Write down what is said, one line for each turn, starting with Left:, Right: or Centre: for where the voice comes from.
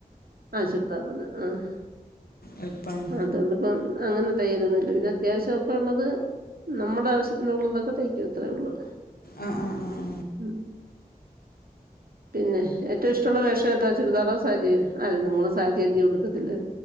Right: ആ ചുരിദാറ പറു ആഹ
Left: എളുപ്പമാണ്
Right: അതുകൊണ്ട ഇപ്പം അങ്ങനെ ത്യരുന്നില്ല പിന്നെ അത്യാവശ്യം ഒക്കെ ഉള്ളത് നമ്മുടെ ആവശ്യത്തിന ഉള്ളതൊക്കെ തയ്ക്ക എ എത്രയേ ഉള്ളൂ
Left: ആ ആ ആ ആ
Right: ഉം പിന്നെ ഏറ്റവും ഇഷ്ടമുള്ള വേഷം ഏതാ ചുരിദാറോ സാരി അല്ല നിങ്ങള് സാരി എതി കൊടുക്കത്തില്ലേ